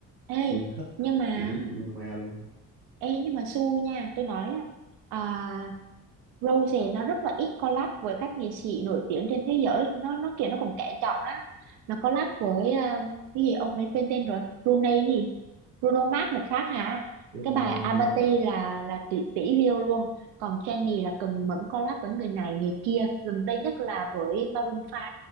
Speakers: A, on the right (about 55°); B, on the right (about 85°).
A: Ê
B: Tôi thích
A: nhưng mà
B: chị thích Bruno Mars luôn.
A: ê nhưng mà xui nha tôi nói á, à, Rose nó rất là ít collab với các nghệ sĩ nổi tiếng trên thế giới nó nó kiểu nó cũng kén chọn á nó collab với ờ, cái gì ông ấy quên tên rồi Brunei cái gì Bruno Mars một phát hả
B: Bruno
A: cái bài
B: Mars,
A: Abati
B: Đúng rồi.
A: là là tỷ tỷ view luôn còn Jennie là cần mẫn collab với người này người kia gần đây nhất là với Maroon 5